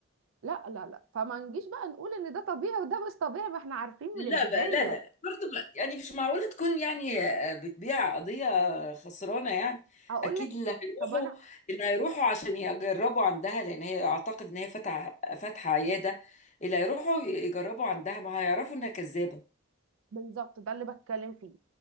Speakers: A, on the right; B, on the left.
A: لا لا لا فما نجيش بقى نقول ان ده طبيعي وده مش طبيعي ما احنا عارفين
B: لا
A: من البداية
B: بقى لا لا لا برضه بقى يعني مش معقولة تكون يعني آه، بتبيع قضية خسرانة يعني
A: هقول
B: أكيد
A: لك
B: اللي هيروحوا
A: طب انا
B: اللي هيروحوا عشان يجربوا عندها لأن هي أعتقد إن هي فاتحة فاتحة عيادة اللي هيروحوا يجربوا عندها ما هيعرفوا إنها كذابة
A: بالظبط ده اللي بتكلم فيه